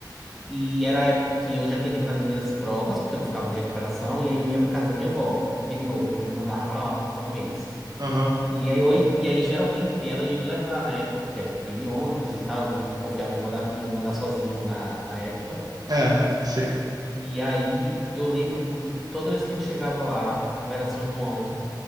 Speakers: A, in the centre; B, on the right (about 55°).
A: E era a época que eu já tinha terminado minhas provas, porque eu não ficava de recuperação. E aí eu ia pra casa da minha avó, no interior. Minha mãe me mandava pra lá passar um mês.
B: Aham.
A: E aí, eu- e aí geralmente ela ia me levar na época, porque a gente ia de ônibus e tal. eu Não confiava em mandar, me mandar sozinho na, na época.
B: É, sim.
A: E aí eu lembro porque toda vez que a gente chegava lá, como era São João.